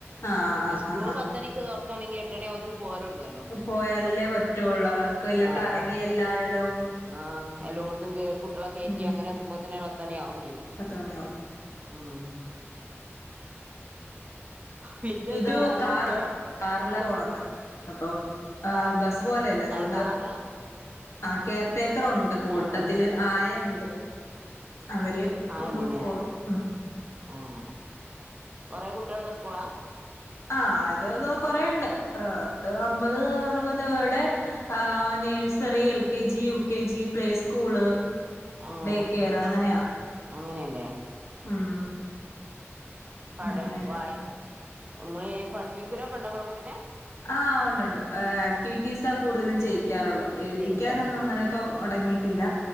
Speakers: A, on the left; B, on the right.
A: ആ ആ
B: സ്കൂള്
A: ആ ആ
B: പ തണിക്ക് തുറക്കണെങ്കിൽ എട്ടണി ആവുമ്പത്തിന് പോവലടൊങ്ങോലോ. ആഹ്
A: പോയാലല്ലേ പറ്റുള്ളൂ അവർക്ക് വല്ല കറങ്ങി
B: അപ്പൊ
A: എല്ലായിടവും
B: ആഹ് എല്ലോടത്തും കേറി ളെ കേറ്റി
A: ഉം
B: അങ്ങനെത്തുമ്പതനെ പത്തണിയാകും ചെയ്യും.
A: പത്ത് മണിയാവും
B: ഉം പിന്നെതാ
A: ഇത്
B: അലക്ക
A: കാറാണ് കാറല്ല പോണന്ന് അപ്പം ആഹ്
B: കാ
A: ബസ് പോലെല്ല അതുകൊണ്ട്
B: ഏഹ് കാറിലാ
A: ആ കെയർടേക്കറൊണ്ട് കൂട്ടത്തില്
B: ഏഹ്
A: ആയേണ്ട് അവര്
B: ആയണ്ട്ല്ലേ
A: കൊണ്ടുപൊക്കോളും ഉം
B: ആഹ് കൊറെ കുട്ട്യളൊള്ള സ്കൂളാ
A: ആ ഇത് കൊറെണ്ട് ഏ ത് അമ്പത് അറുപത്ടെ ആ nursery L K G, U K G, play school
B: ആഹ്
A: day കെയറ് അങ്ങനെയാ
B: അങ്ങനെയല്ലേ
A: ഉം
B: പഠ്
A: അങ്ങനെയായിട്ട്
B: വായി ഇങ്ങളി പഠിപ്പിക്കലൊക്കെ ഇങ്ങള കുട്ടീനെ.
A: ആഹ് ഒണ്ട് ഒണ്ട് ആക്ടിവിറ്റീസാ കൂടുതലും ചെയിക്കാറൊള്ളത് എഴുതിക്കാനൊന്നും
B: ചെയ്യിച്ചാരത്
A: അങ്ങനെ തൊടങ്ങിട്ടില്ല